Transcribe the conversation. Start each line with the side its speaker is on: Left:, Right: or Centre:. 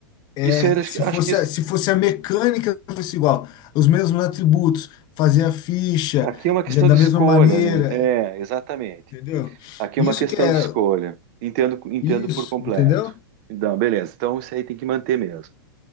Right: Isso
Left: é,
Right: aí, acho
Left: se
Right: que acho
Left: fosse
Right: que isso-
Left: a, se fosse a mecânica fosse igual, os mesmos atributos, fazer a ficha
Right: aqui é uma questão
Left: de- da
Right: de escolha,
Left: mesma maneira,
Right: né? É, exatamente.
Left: entendeu?
Right: Aqui
Left: Isso
Right: é uma questão
Left: que é
Right: de escolha. Entendo, entendo
Left: isso,
Right: por completo.
Left: entendeu?
Right: Então, beleza. Então, isso aí tem que manter mesmo.